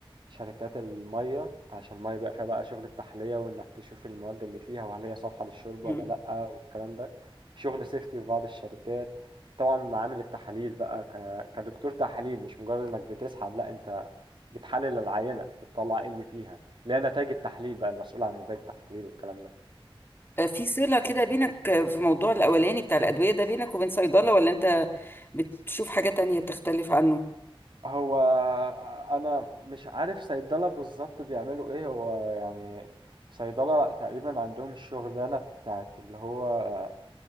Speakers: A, on the right (about 60°); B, on the left (about 25°).
A: شركات المية عشان المية بيبقى فيها بقى شغل التحلية وإنك تشوف المواد اللي فيها وهل هي صالحة للشرب
B: مم.
A: ولا لأ والكلام ده شغل سيفتي في بعض الشركات طبعا معامل التحاليل بقى ك- كدكتور تحاليل مش مجرد إنك بتسحب لأ أنت بتحلل العينة بتطلع إيه اللي فيها اللي هي نتائج التحليل بقى المسؤول عن نتائج التحليل والكلام ده
B: آه، في صلة كده بينك آه، في موضوع الاولاني بتاع الادوية ده بينك وبين صيدلة ولا انت بتشوف حاجة تانية بتختلف عنه
A: هو آه، انا مش عارف صيدله بالظبط بيعملوا ايه هو يعني صيدله تقريبا عندهم الشغلانه بتاعت اللي هو آه،